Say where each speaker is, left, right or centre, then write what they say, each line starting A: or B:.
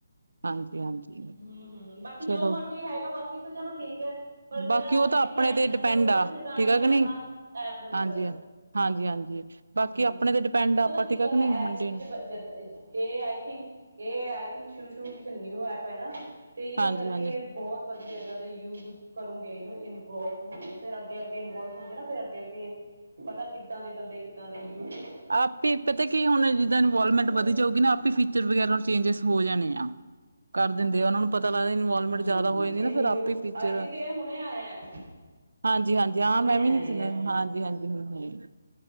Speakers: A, on the right; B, on the right.
A: ਹਾਂਜੀ-ਹਾਂਜੀ।
B: ਹੂੰ-ਹੂੰ, ਬਾਕੀ ਜੋ
A: ਚਲੋ
B: ਮਰਜੀ ਹੈਗਾ, ਬਾਕੀ ਤਾਂ ਚਲੋ ਠੀਕ ਹੈ। ਪਰ ਜਿਹੜਾ,
A: ਬਾਕੀ
B: ਇਹ
A: ਉਹ ਤਾਂ
B: ਆ
A: ਆਪਣੇ
B: ਕਿ ਆਈ
A: ਤੇ
B: ਡੀ ਨੰਬਰ
A: ਡਿਪੈਂਡ
B: ਹੋਵੇ
A: ਆ
B: ਨਾ, ਜਿੱਦਾਂ
A: ਠੀਕ
B: ਇਹਨਾਂ
A: ਆ
B: ਨੇ
A: ਕਿ
B: ਆਪਣਾ
A: ਨਹੀਂ
B: ਐਪ ਦਾ ਦਿੱਤਾ।
A: ਹਾਂਜੀ ਹਾਂਜੀ-ਹਾਂਜੀ ਬਾਕੀ
B: ਹੂੰ,
A: ਆਪਣੇ
B: ਹੂੰ,
A: ਤੇ ਡਿਪੈਂਡ ਆ
B: ਪਤਾ
A: ਆਪਾਂ
B: ਕੀ
A: ਠੀਕ
B: ਗੱਲ
A: ਆ ਕਿ ਨਹੀਂ
B: ਐ,
A: ਮੇਨਟੇਨ
B: ਐਪ ਵਿੱਚ ਜਦ ਏਆਈ ਥਿੰਕ, ਏ ਆਈ ਥਿੰਕ ਸ਼ੁਰੂ-ਸ਼ੁਰੂ ਵਿੱਚ ਨਿਊ ਐਪ ਐ ਨਾ, ਤੇ ਇਹਦੇ
A: ਹਾਂਜੀ-ਹਾਂਜੀ,
B: ਕਰਕੇ ਬਹੁਤ ਬੰਦੇ ਇਦਾਂ ਦੇ ਯੂਜ਼ ਕਰੋਂਗੇ ਇਹਨੂੰ, ਇਨਵੌਲਵ ਹੋਣਗੇ, ਫਿਰ ਅੱਗੇ-ਅੱਗੇ ਇਨਵੌਲਵ ਹੁੰਦੇ ਨਾ, ਫਿਰ ਅੱਗੇ-ਅੱਗੇ ਪਤਾ ਕਿੱਦਾਂ ਦੇ ਬੰਦੇ, ਕਿੱਦਾਂ ਦੇ ਯੂਥ
A: ਆਪੀ ਪਤਾ ਕੀ, ਹੁਣ ਜਿੱਦਾਂ ਇਨਵੌਲਵਮੈਂਟ
B: ਗੱਲਬਾਤ
A: ਵਧੀ ਜਾਊਗੀ ਨਾ, ਆਪੀ ਫਿ ਫੀਚਰ ਵਗੈਰਾ ਚੇਂਜੇਸ ਹੋ ਜਾਣੇ ਆ। ਕਰ ਦਿੰਦੇ ਆ, ਉਹਨਾਂ ਨੁੰ ਪਤਾ ਲੱਗਦਾ ਇਨਵੌਲਵਮੈਂਟ
B: ਹੂੰ
A: ਜ਼ਿਆਦਾ
B: ਹੂੰ
A: ਹੋ ਜਾਂਦੀ
B: ਇਹ
A: ਨਾ, ਫਿਰ
B: ਨਿਊ
A: ਆਪੇ ਈ ਫਿਚਰ
B: ਆਈ ਥਿੰਕ
A: ਆ
B: ਇਹ ਹੁਣੇ ਆਇਆ ਐਪ
A: ਹਾਂਜੀ-ਹਾਂਜੀ ਹਾਂ,
B: ਹੁਣੇ
A: ਮੈਂ
B: ਆਇਆ
A: ਵੀ ਨੀ
B: ਇਹ
A: ਸੁਣਿਆ
B: ਐਪ ਵੀ
A: ਹਾਂਜੀ-ਹਾਂਜੀ, ਹਾਂ-ਹਾਂ